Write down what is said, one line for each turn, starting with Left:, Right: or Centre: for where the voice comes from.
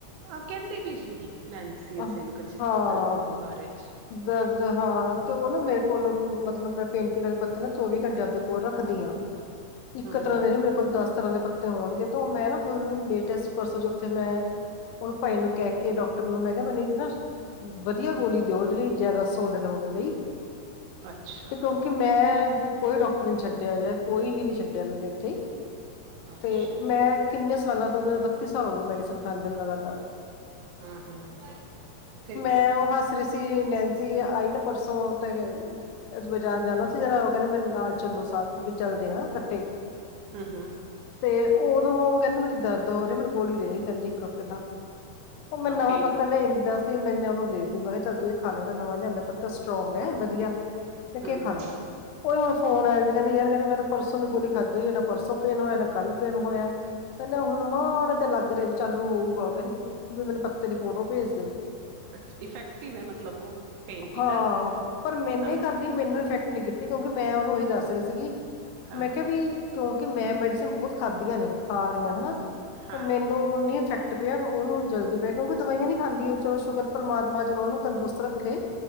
Right: ਆਹ ਕੇਂਦੀ ਬੀ ਸੀਗੀ, ਨੈਨਸੀ ਉਸ
Left: ਅਹ,
Right: ਦਿਨ ਕੁਛ।
Left: ਹਾਂ,
Right: ਦਰਦ ਦੇ ਬਾਰੇ ਚ
Left: ਦਰਦ ਹਾਂ
Right: ਹੂੰ
Left: ਉਹ ਨਾ ਮੇਰੇ ਕੋਲ, ਮਤਲਬ ਮੈ ਪੇਨ ਕਿਲਰ ਪੱਤਾ ਨਾ, ਚੌਵੀ ਘੰਟੇ ਆਪਦੇ ਕੋਲ ਰੱਖਦੀ ਹਾਂ। ਇਕ ਤਰਾ
Right: ਹੂੰ
Left: ਦੇ ਨੀ, ਮੇਰੇ ਕੋਲ ਦਸ ਤਰਾ ਦੇ ਪੱਤੇ ਹੋਣਗੇ, ਤੋਂ ਮੈ ਨਾ ਹੁਣ, ਲੇਟੈਸ ਪਰਸੋ ਚੋਥ ਤੇ ਮੈ ਔਨੂੰ ਭਾਈ ਨੂੰ ਕੇਹ ਕੇ, ਡੋਕਟਰ ਨੂੰ, ਮੈ ਕੇਆ ਮੈਨੂੰ ਇੱਕ ਨਾ ਵਦੀਆ ਗੋਲੀ ਦਿਓ, ਜਿਅੜੀ ਜਾਅਦਾ ਸੋਲਿਡ ਹੋਵੇ ਬਈ,
Right: ਅੱਛਾ
Left: ਤੇ ਕਿਉਕਿ ਮੈਂ ਕੋਈ ਡੋਕਟਰ ਨੀ ਛਡਿਆ ਯਾਰ, ਕੋਈ ਵੀ ਨੀ ਛਡਿਆ ਮੈਨੂੰ ਇਥੇ
Right: ਅੱਛਾ
Left: ਤੇ ਮੈਂ ਕਿਨੇ ਸਾਲਾਂ ਤੋ, ਮੈਨੂੰ ਬੱਤੀ ਸਾਲ ਹੋ ਗਏ ਮੈਡੀਸਨ ਖਾਦੇਆਂ ਨੂੰ ਲਗਾਤਾਰ।
Right: ਹੂੰ-ਹੂੰ ਤੇ
Left: ਮੈ ਔਹ ਹਸ ਰੀ ਸੀ, ਨੈਨਸੀ ਆਈ ਨਾ ਪਰਸੋਂ, ਤੇ ਬਾਜ਼ਾਰ ਜਾਣਾ ਸੀ ਜਰਾਂ, ਉਹ ਕੇਂਦੀ ਮੇਰੇ ਨਾਲ ਚਲੋ ਸਾਰੇ, ਵੀ ਚਲਦੇ ਆ ਕਠੇ।
Right: ਹੂੰ-ਹੂੰ।
Left: ਤੇ ਉਦੋ ਕੇਂਦੀ, ਮੇਰੀ ਦਰਦ ਹੋ ਰਈ, ਮੈਨੂੰ ਗੋਲੀ ਦੇ, ਕੇਂਦੀ ਇਕ ਪਹਿਲਾਂ। ਔਹ ਮੈ ਨਵਾ
Right: ਪੇਨ
Left: ਪੱਤਾ ਲੈਣ ਡਾਸ ਫੇਰ ਮੈ ਨਾ ਉਹਨੂੰ ਦੇ ਤੀ, ਮੈ ਕਿਹਾ ਚਲ ਤੂੰ ਇਹ ਖਾ ਲਾ, ਮੈਂ ਨਵਾ ਲਿਆਂਦਾ ਪੱਤਾ, ਸਟਰੋਂਗ ਐ, ਵਧੀਆ। ਤੇ
Right: ਹੂੰ
Left: ਕੇ ਖਾਣਾ
Right: ਹੂੰ
Left: ਔਹੋ ਫੋਨ ਆਇਆ ਸੀ, ਕੇਂਦੀ ਯਾਰ ਕੇਂਦੀ ਮੈਂ ਤੇ ਪਰਸੋ ਦੀ ਗੋਲੀ ਖਾਧੀ ਹੋਈ ਏ, ਨਾ ਪਰਸੋ ਪੈਨ ਹੋਇਆ, ਨਾ ਕਲ ਪੇਨ ਹੋਇਆ। ਕੇਂਦੇ ਹੁਣ ਮਾੜਾ ਜੇ ਲਗ ਰੇਆ ਵੀ ਚਾਲੂ ਹੋਊਗਾ, ਕਹਿਦੇ ਵੀ ਮੈਨੂੰ ਪੱਤੇ ਦੀ ਫੋਟੋ ਭੇਜ ਦੇਉ।
Right: ਅੱਛ, ਇਫੈਕਟਿਵ ਐ ਮਤਲਬ ਉਹ? ਪੇਨ ਕਿਲਰ
Left: ਹਾਂ ਪਰ ਮੈਨੇ
Right: ਹਾਂ
Left: ਖਾਧ ਦੀ ਮੈਨੂੰ ਇਫੈਕਟ ਨਹੀ ਕੀਤੀ ਕਿਉਕਿ ਮੈ ਉਹਨੂੰ ਉਹੀ ਦਸ ਰਹੀ ਸੀਗੀ
Right: ਹਾਂ
Left: ਮੈ ਕਿਹਾ ਵੀ ਕਿਉਂਕਿ ਮੈਂ ਮੈਡੀਸਨ ਬਹੁਤ ਖਾਧਆਂ ਨੇ ਖਾ ਰਹੀਆਂ ਹਨਾ
Right: ਹਾਂ
Left: ਤੇ ਮੈਨੂੰ ਇਫੈਕਟ ਪਿਆ ਉਹਨੂੰ ਜਲਦੀ ਪਿਆ ਕਿਉਂਕਿ ਦਵਾਈਆਂ ਨੀ ਖਾਂਦੀ ਉਹ ਚਲੋ ਸ਼ੁਗਰ ਪਰਮਾਤਾ ਚਲੋ ਉਹਨੂੰ ਤੰਦਰੁਸਤ ਰੱਖੇ